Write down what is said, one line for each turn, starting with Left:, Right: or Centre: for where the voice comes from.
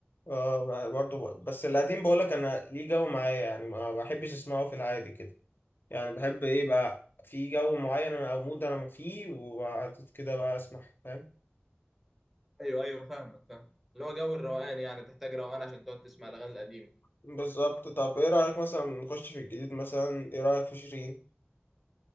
Left: اه برضه ب- بس القديم بقولك انا ليه جو معايا يعني ما بحبش اسمعه في العادي كده يعني بحب ايه بقى في جو معين او مود انا فيه وبعد كده بقى اسمع فاهم
Centre: ايوه ايوه فاهمك فاهم اللي هو جو الروقان يعني تحتاج روقان عشان تقعد تسمع الاغاني القديمه
Left: بالظبط طب ايه رأيك مثلا نخش في الجديد مثلا ايه رأيك في شيرين